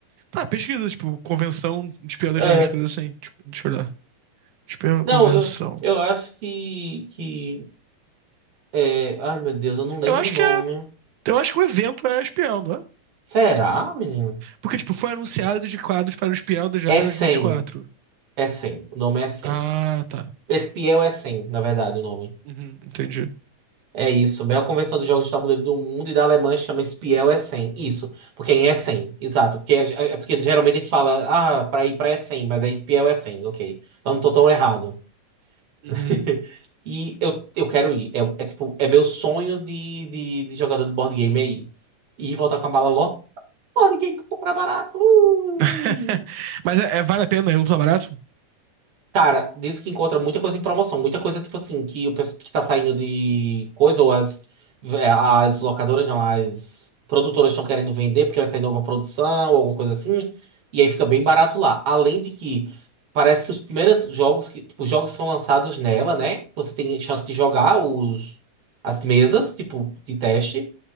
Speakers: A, on the right; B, on the right.
A: Tá, pesquisa, tipo, convenção de espião das
B: É,
A: áreas, coisas assim. Tipo, deixa eu olhar. Espião,
B: Não,
A: convenção.
B: eu, eu acho que, que é... Ai, meu Deus, eu não lembro
A: Eu acho
B: o nome.
A: que é, eu acho que o evento é espião, não é?
B: Será, menino?
A: Porque, tipo, foi anunciado de quadros para o espião da Diário
B: É 100.
A: 2024.
B: É 100. O nome é 100.
A: Ah, tá.
B: Espiel é 100, na verdade, o nome.
A: Uhum, entendi.
B: É isso. A Maior convenção de jogos de tabuleiro do mundo e da Alemanha chama Espiel é 100. Isso. Porque em é 100. Exato. Porque, é é porque geralmente a gente fala, ah, pra ir pra é 100, mas é Espiel é 100. Ok. Então não tô tão errado.
A: Uhum.
B: <laughs> E eu, eu quero ir. É, é tipo, é meu sonho de, de, de jogador de board game aí. E voltar com a mala Pô, ninguém compra barato. Uh.
A: <laughs> Mas é, é- vale a pena, é um tá barato?
B: Cara, diz que encontra muita coisa em promoção, muita coisa, tipo assim, que o pessoal que tá saindo de coisa, ou as, é, as locadoras, não, as produtoras estão querendo vender porque vai sair nova produção, ou alguma coisa assim, e aí fica bem barato lá. Além de que parece que os primeiros jogos que, tipo, os jogos que são lançados nela, né? Você tem chance de jogar os, as mesas, tipo, de teste.